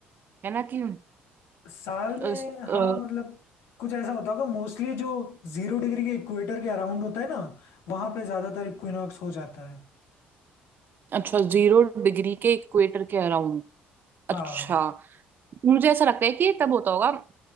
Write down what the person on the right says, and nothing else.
है ना कि
अ,
अ,
अच्छा जीरो डिग्री के इक्वेटर के अराउंड
अच्छा मुझे ऐसा लगता है कि तब होता होगा